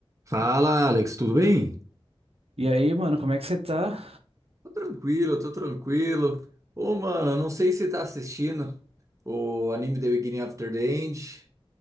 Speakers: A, on the right (about 30°); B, on the right (about 75°).
A: Fala, Alex, tudo bem?
B: E aí, mano, como é que você tá?
A: Tô tranquilo, tô tranquilo. Ô, mano, não sei se você tá assistindo o anime The Beginning After the End.